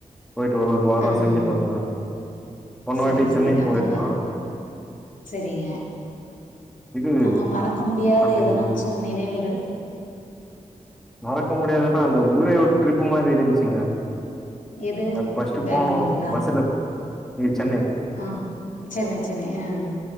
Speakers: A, in the centre; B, on the left.
A: போயிட்டு ஒரு ஒரு வாரோ
B: ம்
A: செஞ்சுட்டு
B: ம் ம்.
A: வருவ பொன
B: சரி
A: வாட்டி
B: சரி
A: சென்னைக்கு
B: அங்கம்மா
A: போயிருந்தோ
B: சரிங்க
A: இது
B: அங்க மறக்க முடியாத
A: அந்த
B: எதனாச்சு
A: இ
B: நினைவுகள்
A: மறக்க முடியாதுன்னா அந்த ஊரே ஒரு ட்ரிப்பு மாரி இருந்துச்சுங்க
B: எது
A: அது ஃபர்ஸ்ட்
B: பெங்களூருங்களா
A: போனோ பஸ்ல இது சென்னை
B: ஆ சென்னை சென்னை ம்